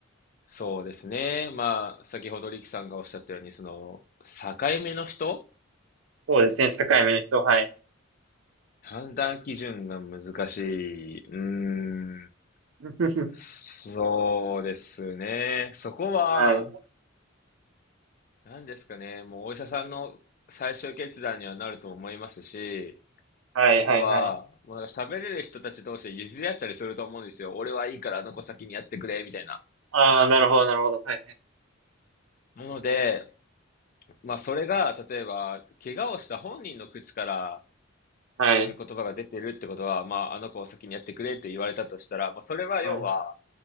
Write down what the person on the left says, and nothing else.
そうですね。まあ、先ほどリキさんがおっしゃったように、その、境目の人
判断基準が難しい。うーん。
そうですね。そこは、
何ですかね。もうお医者さんの最終決断にはなると思いますし、
あとは、
もうなんか喋れる人たち同士で譲り合ったりすると思うんですよ。俺はいいからあの子先にやってくれ、みたいな。
なので、まあそれが、例えば、怪我をした本人の口から
そういう言葉が出てるってことは、まああの子を先にやってくれって言われたとしたら、まあそれは要は、